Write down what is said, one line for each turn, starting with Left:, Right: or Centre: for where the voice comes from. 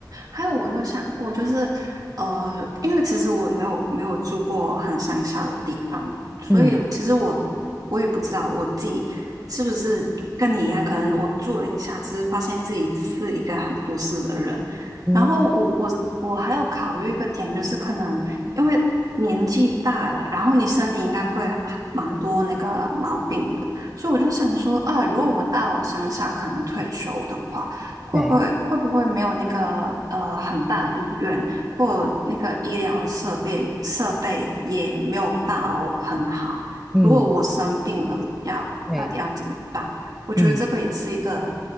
Right: 还有我有想过，就是呃，因为其实我没有没有住过很乡下的地方，所以其实我我也不知道我自己是不是跟你一样，
Centre: 嗯
Right: 可能我住了一下，只是发现自己是一个很都市的人。
Centre: 嗯，
Right: 然后我我我还有考虑一个点，就是可能因为年纪大了，然后你身体应该会蛮多那个毛病的，所以我就想说，啊，如果我到乡下可能退休的话。会不会会不会没有那个呃很大的医院或那个医疗设备设备也没有到很好？
Centre: 对，嗯
Right: 如果我生病了，要到底要怎么办？
Centre: 对，
Right: 我觉得这个也是一个
Centre: 嗯。